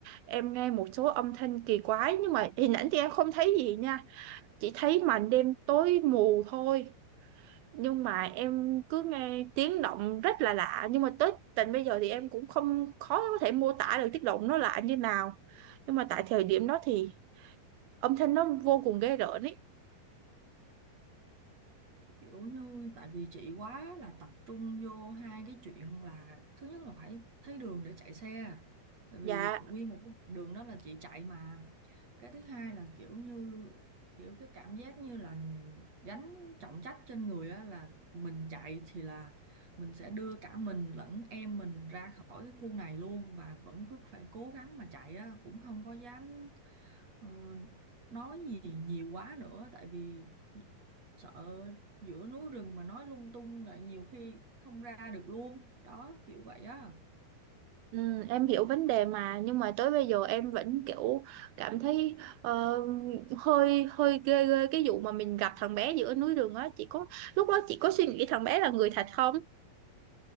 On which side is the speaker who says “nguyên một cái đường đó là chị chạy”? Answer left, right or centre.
Right